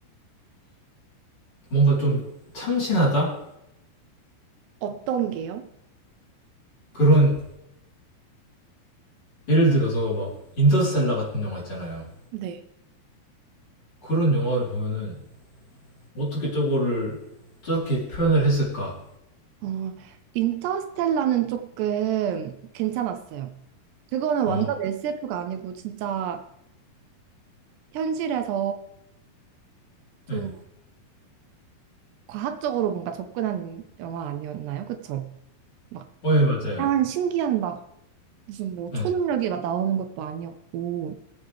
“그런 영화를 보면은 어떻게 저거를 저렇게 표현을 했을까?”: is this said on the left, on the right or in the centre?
Left